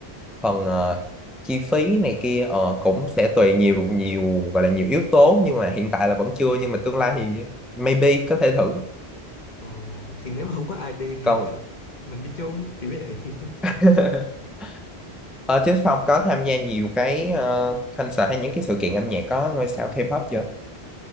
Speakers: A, in the centre; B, on the left.
A: phần ờ, chi phí này kia ờ, cũng sẽ tùy nhiều nhiều gọi là nhiều yếu tố nhưng mà hiện tại là vẫn chưa nhưng mà tương lai thì maybe có thể thử
B: Ờ, thì nếu mà không có ai đi thì
A: còn
B: ờ, mình đi chung kiểu vậy <laughs>
A: <laughs> ờ, chứ Phong có tham gia nhiều cái ờ, concert hay những cái sự kiện âm nhạc có ngôi sao K-pop chưa